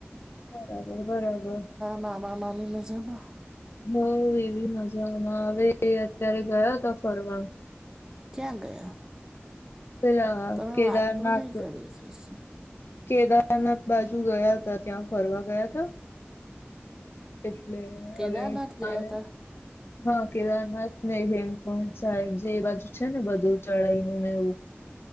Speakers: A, on the left; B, on the right.
A: બરાબર-બરાબર.
B: મામા-મામી મજામાં?
A: હોવ એ બી મજામાં. હવે એ અત્યારે ગયા તા ફરવા.
B: ક્યાં ગયા?
A: પેલા
B: તમે
A: કેદારનાથ
B: વાત તો નહીં કરી કશું.
A: કેદારનાથ બાજુ ગયા તા, ત્યાં ફરવા ગયા તા. એટલે
B: કેદારનાથ
A: હવે કાલે
B: ગયા હતા
A: હા, કેદારનાથ ને હેમકુંડ સાઈડ, જે એ બાજુ છે ને બધું ચઢાઈ નું ને એવું.